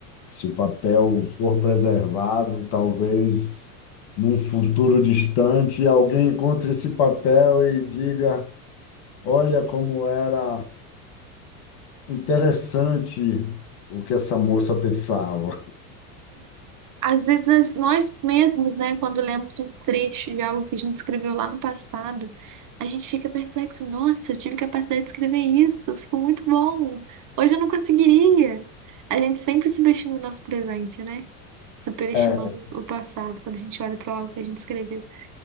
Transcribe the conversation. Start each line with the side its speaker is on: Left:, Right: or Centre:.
Left: se o papel for preservado, talvez num futuro distante alguém encontre esse papel e diga. Olha como era interessante o que essa moça pensava.
Right: Às vezes nós nós mesmos, né, quando lemos um trecho de algo que a gente escreveu lá no passado, a gente fica perplexo, nossa, eu tive capacidade de escrever isso, ficou muito bom. Hoje eu não conseguiria. A gente sempre subestima o nosso presente, né? Superestimando
Left: É,
Right: o passado quando a gente olha para algo que a gente escreveu.